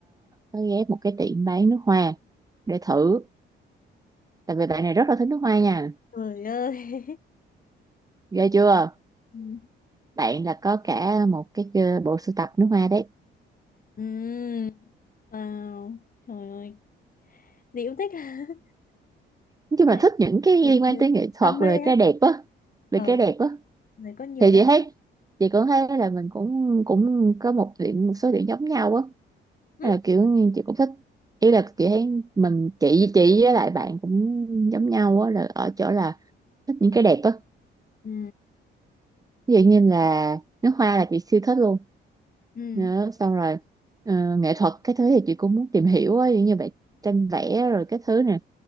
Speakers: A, on the right (about 20°); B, on the left (about 45°).
A: có ghé một cái tiệm bán nước hoa để thử tại vì bạn này rất là thích nước hoa nha
B: trời ơi
A: ghê chưa
B: Ừm.
A: bạn là có cả một cái ờ, bộ sưu tập nước hoa đấy
B: Ừm, wow trời ơi Diễu thích <laughs>
A: nói
B: Tức
A: chung
B: là
A: là thích những cái
B: người,
A: liên
B: người
A: quan tới nghệ
B: <laughs>
A: thuật
B: đam mê
A: rồi
B: á
A: cái đẹp á về
B: Ờ
A: cái đẹp á
B: người có nhiều
A: thì
B: đam
A: chị thấy chị cũng thấy là mình cũng cũng có một điểm một số điểm giống nhau á
B: mê
A: Hay là kiểu như chị cũng thích ý là chị thấy mình chị chị với lại bạn cũng giống nhau á là ở chỗ là thích những cái đẹp á
B: ừ
A: ví dụ như là nước hoa là chị siêu thích luôn
B: ừ
A: đó, xong rồi ờ, nghệ thuật cái thứ thì chị cũng muốn tìm hiểu á, giống như vậy tranh vẽ rồi cái thứ nè